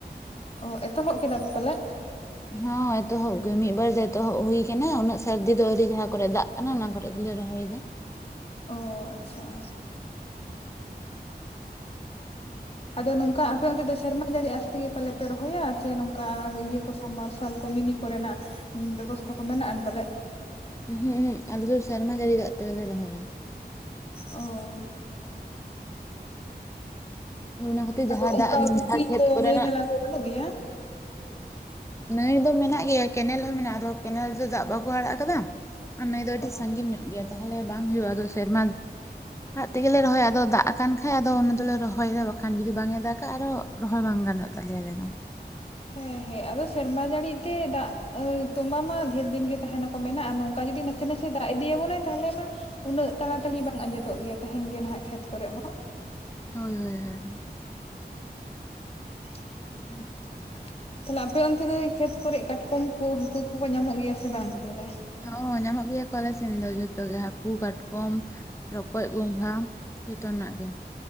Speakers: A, on the left (about 35°); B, on the left (about 15°).
A: ᱚ ᱮᱛᱚᱦᱚᱵ ᱠᱮᱫᱟ ᱯᱮ ᱯᱟᱞᱮ
B: ᱦᱚᱸ ᱮᱛᱚᱦᱚᱵ ᱜᱮ ᱢᱤᱫ ᱵᱟᱨ ᱫᱚ ᱮᱛᱚᱦᱚᱵ ᱦᱩᱭ ᱟᱠᱟᱱᱟ ᱩᱱᱟᱹᱜ ᱥᱟᱹᱨᱫᱤ ᱫᱚ ᱟᱹᱣᱨᱤ ᱡᱟᱦᱟᱸ ᱠᱚᱨᱮ ᱫᱟᱜ, ᱚᱱᱮ ᱚᱱᱟ ᱠᱚᱨᱮ ᱜᱮᱞᱮ ᱨᱚᱦᱚᱭ ᱮᱫᱟ,
A: ᱚ ᱟᱪᱪᱷᱟ, ᱟᱫᱚ ᱱᱚᱝᱠᱟ ᱟᱯᱮ ᱚᱱᱛᱮ ᱫᱚ ᱥᱮᱨᱢᱟ ᱡᱟᱹᱲᱤ ᱟᱥᱛᱮᱜ ᱯᱟᱞᱮ ᱯᱮ ᱨᱚᱦᱚᱭᱟ ᱥᱮ ᱱᱚᱝᱠᱟ ᱤᱭᱟᱹ ᱠᱚ ᱥᱟᱵᱢᱟᱨᱥᱟᱞ ᱠᱚ ᱢᱤᱱᱤ, ᱠᱚᱨᱮᱱᱟᱜ ᱵᱮᱵᱚᱥᱛᱷᱟ ᱠᱚ ᱢᱮᱱᱟᱜᱼᱟᱱ ᱯᱟᱞᱮ᱾
B: ᱩᱸᱦᱩ ᱩᱦᱩᱸ ᱟᱞᱮ ᱫᱚ ᱥᱮᱨᱢᱟ ᱡᱟᱹᱲᱤ ᱫᱟᱜ ᱛᱮᱜᱮᱞᱮ ᱨᱚᱦᱚᱭᱟ᱾
A: ᱚ
B: ᱚᱱᱟ ᱠᱷᱟᱹᱛᱤᱨ
A: ᱟᱫᱚ
B: ᱡᱟᱦᱟᱸ
A: ᱚᱱᱠᱟ
B: ᱫᱟᱜ
A: ᱯᱩᱠᱷᱨᱤ
B: ᱡᱟᱦᱟᱸ ᱠᱷᱮᱛ
A: ᱠᱚ
B: ᱠᱚᱨᱮᱱᱟᱜ
A: ᱱᱟᱹᱭ ᱱᱟᱞᱟ ᱠᱚ ᱵᱟᱹᱱᱩᱜ ᱜᱮᱭᱟ᱾
B: ᱱᱟᱹᱭ ᱫᱚ ᱢᱮᱱᱟᱜ ᱜᱮᱭᱟ ᱠᱮᱱᱮᱞ ᱦᱚᱸ ᱢᱮᱱᱟᱜᱼᱟ ᱟᱫᱚ ᱠᱮᱱᱮᱞ ᱨᱮᱫᱚ ᱫᱟᱜ ᱵᱟᱠᱚ ᱟᱲᱟᱜ ᱟᱠᱟᱫᱟ ᱟᱨ ᱱᱟᱹᱭ ᱫᱚ ᱟᱹᱰᱤ
A: ᱚ
B: ᱥᱟᱺᱜᱤᱧ ᱧᱚᱜ ᱜᱮᱭᱟ ᱛᱟᱦᱚᱞᱮ ᱵᱟᱝ ᱦᱩᱭᱩᱜᱼᱟ ᱟᱫᱚ ᱥᱮᱨᱢᱟᱼᱼ ᱫᱟᱜ ᱛᱮᱜᱮᱞᱮ ᱨᱚᱦᱚᱭᱟ ᱟᱫᱚ ᱫᱟᱜ ᱟᱠᱟᱱ ᱠᱷᱟᱡ ᱟᱫᱚ ᱚᱱᱟ ᱫᱚᱞᱮ ᱨᱚᱦᱚᱭᱟ ᱵᱟᱠᱷᱟᱱ ᱡᱩᱫᱤ ᱵᱟᱝ ᱮ ᱫᱟᱜ ᱟᱨᱚᱼᱼ ᱨᱚᱦᱚᱭ ᱵᱟᱝ ᱜᱟᱱᱚᱜ ᱛᱟᱞᱮᱭᱟ ᱟᱞᱮ ᱫᱚᱼᱼ
A: ᱦᱮᱸ ᱦᱮᱸ ᱟᱫᱚ ᱥᱮᱨᱢᱟ ᱡᱟᱹᱲᱤ ᱛᱮ ᱫᱟᱜ ᱛᱚᱸᱵᱟ ᱢᱟ ᱰᱷᱮᱨ ᱫᱤᱱ ᱜᱮ ᱛᱟᱦᱮᱱᱟ᱾ ᱢᱮᱱᱟᱜ ᱟᱨ ᱱᱚᱝᱠᱟ ᱡᱩᱫᱤ ᱱᱟᱥᱮ ᱱᱟᱥᱮ ᱫᱟᱜ ᱤᱫᱤᱭ ᱟᱵᱚᱱᱟᱭ ᱛᱟᱦᱚᱞᱮ ᱢᱟ ᱩᱱᱟᱹᱜ ᱛᱟᱲᱟ ᱛᱟᱲᱤ ᱵᱟᱝ ᱟᱸᱡᱮᱫᱚᱜ ᱜᱮᱭᱟ ᱛᱟᱦᱮᱱ ᱜᱮᱭᱟ ᱱᱟᱦᱟᱜ ᱠᱷᱮᱛ ᱠᱚᱨᱮ ᱦᱚᱸᱼᱼ
B: ᱦᱳᱭ ᱦᱳᱭ ᱦᱳᱭ
A: <unintelligible> ᱛᱟᱞᱦᱮ ᱟᱯᱮ ᱚᱱᱛᱮ ᱫᱚ ᱠᱷᱮᱛ ᱠᱚᱨᱮ ᱠᱟᱴᱠᱚᱢ ᱠᱚ ᱦᱟᱹᱠᱩ ᱠᱚᱠᱚ ᱧᱟᱢᱚᱜ ᱜᱮᱭᱟ ᱥᱮ ᱵᱟᱝ ᱛᱟᱦᱞᱮ
B: ᱦᱚᱸ ᱧᱟᱢᱚᱜ ᱜᱮᱭᱟ ᱠᱚ ᱟᱞᱮ ᱥᱮᱱ ᱫᱚ ᱫᱚ ᱡᱷᱚᱛᱚ ᱜᱮ ᱦᱟᱹᱠᱩ ᱠᱟᱴᱠᱚᱢ ᱨᱚᱠᱚᱡ ᱜᱚᱸᱜᱷᱟ ᱡᱚᱛᱚᱱᱟᱜ ᱜᱮᱼᱼ